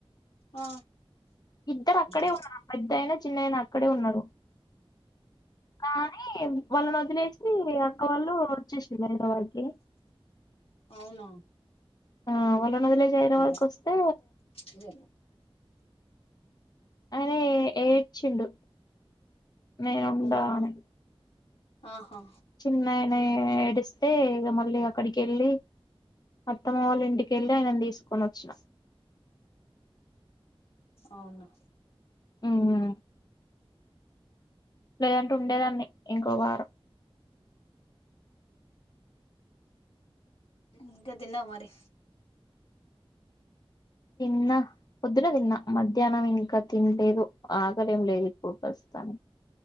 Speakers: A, on the left; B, on the left.
A: ఆ
B: ఇద్దరు అక్కడే
A: ఇది కాదు
B: ఉన్నారు పెద్ద అయినా చినైనా అక్కడే ఉన్నారు కానీ వాళ్ళని వదిలేసి అక్క వాళ్ళు వచ్చేసిళ్ళు హైదరాబాద్ కి
A: అవునా
B: ఆ వాళ్ళని వదిలేసి హైదరాబాద్కి
A: ఇద
B: వస్తే
A: ఇదేనా
B: అయినే ఏ ఏడ్చిండు నేను ఉండ
A: అవును
B: అని
A: ఆహా
B: చినైనే ఏడిస్తే ఇగ మళ్ళీ అక్కడికేళ్ళి అత్తమ్మ వాళ్ళ ఇంటికెళ్ళి ఆయనను తీసుకొనోచ్చిన
A: అవున
B: మ్ లేదంటే ఉండేదాన్ని ఇంకో వారం
A: ఇంకా తిన్నవ మరి
B: న్న పొద్దున తిన్న మధ్యాహ్నం ఇంకా తినలేదు ఆకలేం లేదు ఇప్పుడు ప్రస్తుతానికి